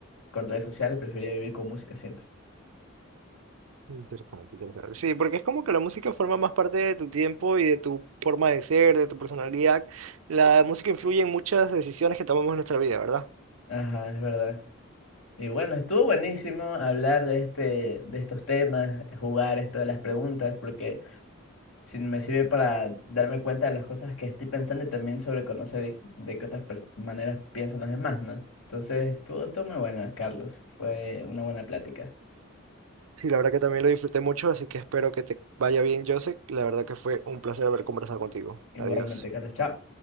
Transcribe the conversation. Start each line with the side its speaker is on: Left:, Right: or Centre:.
Left: con redes sociales, preferiría vivir con música siempre.
Right: Interesante, interesante. Sí, porque es como que la música forma más parte de tu tiempo y de tu forma de ser, de tu personalidad. La música influye en muchas decisiones que tomamos en nuestra vida, ¿verdad?
Left: Ajá, es verdad. Y bueno, estuvo buenísimo hablar de este, de estos temas, jugar esto de las preguntas, porque si me sirve para darme cuenta de las cosas que estoy pensando y también sobre conocer de, de qué otras per- maneras piensan los demás, ¿no? Entonces, todo esto muy bueno, Carlos. Fue una buena plática.
Right: Sí, la verdad que también lo disfruté mucho, así que espero que te vaya bien, Joseph. La verdad que fue un placer haber conversado contigo.
Left: Igualmente,
Right: Adiós.
Left: Carlos, chao.